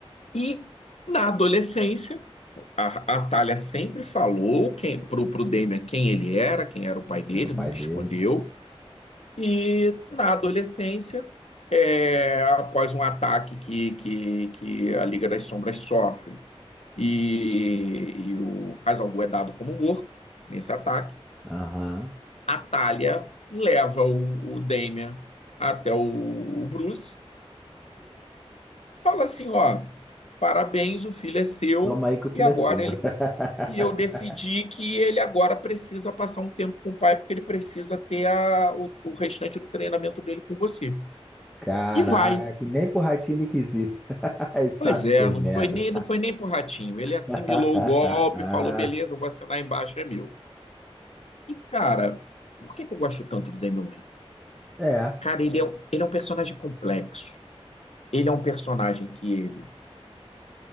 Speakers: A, on the left; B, in the centre.
A: e na adolescência, a, a Thalia sempre falou quem, pro, pro Damian quem ele era, quem era o pai dele,
B: Que Era o pai
A: nunca
B: dele.
A: escondeu. E na adolescência, é, após um ataque que, que, que a Liga das Sombras sofre e, e o Hazalgu é dado como morto nesse ataque,
B: Aham.
A: a Thalia leva o, o Damian até o, o Bruce Fala assim, ó, parabéns, o filho é seu
B: Toma aí que o filho
A: e agora
B: é seu.
A: ele
B: <laughs>
A: e eu decidi que ele agora precisa passar um tempo com o pai porque ele precisa ter a, o, o restante do treinamento dele com você.
B: Caraca,
A: E vai.
B: nem pro ratinho ele quis ir. <laughs> Ele sabe
A: Pois
B: que
A: é,
B: fez
A: não
B: merda.
A: foi nem não foi nem pro ratinho. Ele assimilou
B: <laughs>
A: o golpe,
B: Ai.
A: falou beleza, eu vou assinar embaixo é meu. E cara, por que que eu gosto tanto do Damian Wayne?
B: É,
A: Cara, ele é, um- ele é um personagem complexo. Ele é um personagem que ele